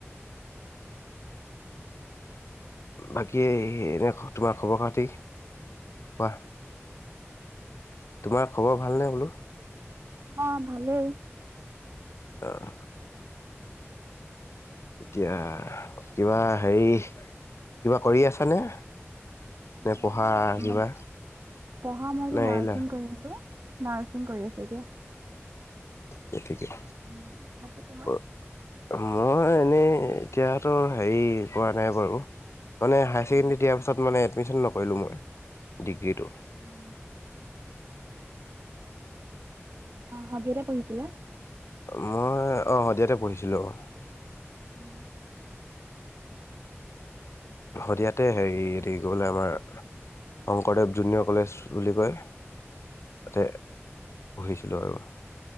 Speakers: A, on the left; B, on the right.
A: বাকী এনে তোমাৰ খবৰ খাতি কোৱা তোমাৰ খবৰ ভালনে বোলো?
B: অ' ভালেই।
A: আহ। এতিয়া কিবা হেৰি কিবা কৰি আছানে? নে
B: মই
A: পঢ়া কিবা
B: পঢ়া মই এতিয়া
A: নে
B: নাৰছিং
A: এৰিলা?
B: কৰি আছো। নাৰসিং কৰি আছো এতিয়া।
A: ঠিকেই ঠিকেই
B: উম বাকী তোমাৰ
A: অ'। মই এনেই এতিয়াতো হেৰি কৰোৱা নাই বাৰু। মানে হায়াৰ ছেকেণ্ডেৰী
B: অ
A: দিয়াৰ পাছত মানে এডমিশ্যন নকৰিলো মই। ডিগ্ৰীটো।
B: অ অ', <unintelligible> পহিছিলে।
A: মই অ', শদিয়াতেই পঢ়িছিলোঁ অহ।
B: উম।
A: শদিয়াতেই হেৰি, এইটো কি বুলি কয় আমাৰ শংকৰদেৱ জুনিয়ৰ কলেজ বুলি কয়। তাতেই পঢ়িছিলোঁ আৰু।